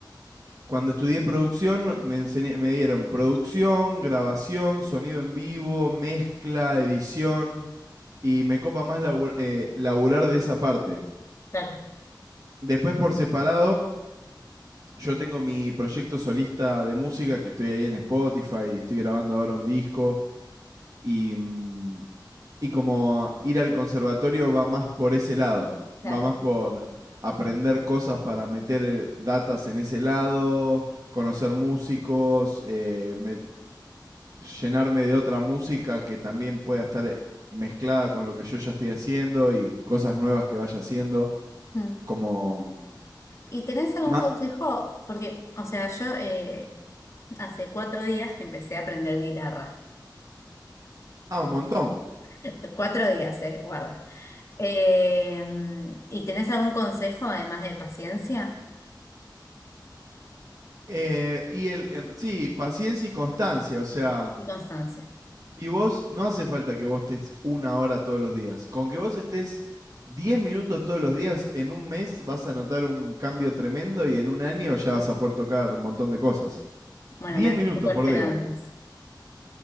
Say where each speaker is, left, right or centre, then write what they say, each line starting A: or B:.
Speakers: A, on the right; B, on the left.
A: Cuando estudié producción, me, enseñé- me dieron producción, grabación, sonido en vivo, mezcla, edición. Y me copa más labu- eh, laburar de esa parte.
B: claro,
A: Después, por separado, yo tengo mi proyecto solista de música que estoy ahí en Spotify. Estoy grabando ahora un disco. Y, mm, y como ir al conservatorio va más por ese lado,
B: claro.
A: va más por aprender cosas para meter eh, datas en ese lado, conocer músicos, eh, me- llenarme de otra música que también pueda estar eh, mezclada con lo que yo ya estoy haciendo y cosas nuevas que vaya haciendo,
B: Mm.
A: como... mm,
B: ¿Y tenés algún
A: ma-
B: consejo? Porque, o sea, yo eh, hace cuatro días que empecé a aprender guitarra.
A: Ah, un montón.
B: <laughs> Cuatro días, eh, guarda. Eh, ¿y tenés algún consejo además de paciencia
A: Eh, y el, el- sí, paciencia y constancia, o sea,
B: y constancia?
A: Y vos, no hace falta que vos estés una hora todos los días. Con que vos estés 10 minutos todos los días, en un mes vas a notar un cambio tremendo y en un año ya vas a poder tocar un montón de cosas.
B: Bueno,
A: 10
B: me
A: minutos
B: das un poco de
A: por
B: esperanzas.
A: día.